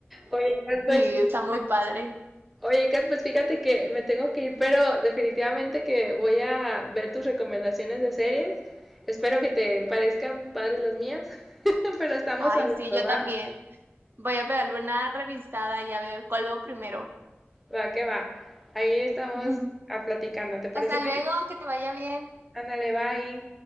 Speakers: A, in the centre; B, on the right.
A: Oye, Kat, pues,
B: Sí, está muy padre.
A: oye, Kat, pues fíjate que me tengo que ir, pero definitivamente que voy a ver tus recomendaciones de series. Espero que te parezcan padres las mías, <laughs> pero estamos
B: Ay,
A: hablando,
B: sí, yo también.
A: ¿va?
B: Voy a pegarle una revisada y a ver cuál veo primero.
A: Va que va. Ahí estamos
B: Ujú.
A: a platicando, ¿te parece
B: Hasta
A: bien?
B: luego, que te vaya bien.
A: Ándale, bye.